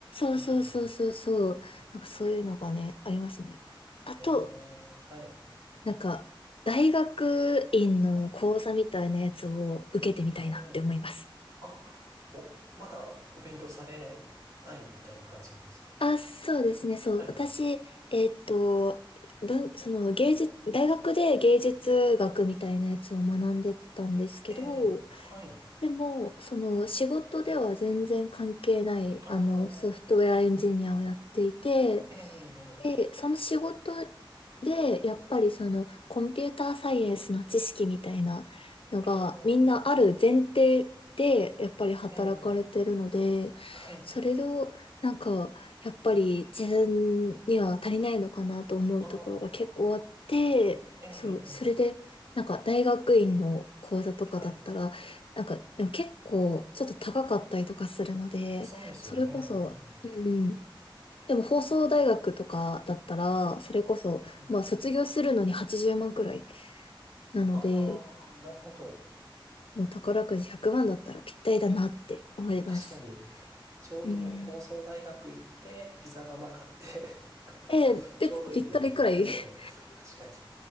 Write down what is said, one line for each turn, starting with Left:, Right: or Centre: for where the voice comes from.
Right: うん。
Left: う、そうそうそうそうそう。
Right: はい。
Left: なんかそういうのがね、ありますね。あと、
Right: えー、はい。
Left: なんか、大学院の講座みたいなやつを受けてみたいなって思います。
Right: はい。ええあ、お、まだお勉強されないみたいな感じなんですか
Left: あ、そうですね、そう。
Right: はい。
Left: 私、えーっと、文、その芸術、大学で芸術学みたいなやつを学んでたんですけど、
Right: ええはい。
Left: でも、その仕事では全然関係ない、
Right: ああ、
Left: あの、ソフトウェアエンジニアをやっていて、
Right: ええ
Left: で、その仕事で、やっぱりそのコンピューターサイエンスの知識みたいなのがみんなある前提で、
Right: ああ、
Left: やっぱり働かれてるので、
Right: ええはい。
Left: それをなんか、やっぱり自分には足りないのかなと思うところが結構あって、
Right: ああ、
Left: そう、それで、
Right: ええ
Left: なんか大学院の講座とかだったら、
Right: はい。
Left: なんかでも結構ちょっと高かったりとかするので、
Right: そうですよね。
Left: それこそ、
Right: うん。
Left: うん。でも放送大学とかだったら、
Right: はい。
Left: それこそ、
Right: うん、うん。
Left: まあ卒業するのに80万くらいなので、
Right: ああ、なるほど。
Left: もう宝くじ100万だったらぴったりだなって思います。
Right: 確かに。ちょうど放送大学行って、
Left: うん。
Right: ピザ窯買って <laughs> なんか、
Left: えー、で、
Right: ちょうどいいぐらい。
Left: ぴったりくらい
Right: ええ、
Left: <laughs>
Right: 確かに。